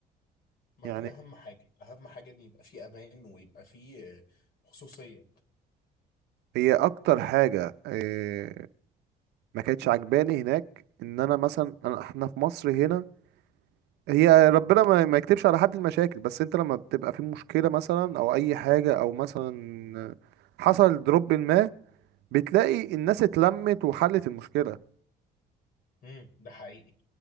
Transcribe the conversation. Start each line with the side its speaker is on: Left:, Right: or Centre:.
Left: ما
Right: يعني
Left: دي اهم حاجه اهم حاجه ان يبقى في امان ويبقى في آه، خصوصيه
Right: هي اكتر حاجه آه، ما كانتش عجباني هناك ان انا مثلا أنا- احنا في مصر هنا هي ربنا ما ما يكتبش على حد المشاكل بس انت لما بتبقى في مشكلة مثلا او اي حاجة او مثلا حصل دروب ما بتلاقي الناس اتلمت وحلت المشكلة
Left: امم ده حقيقي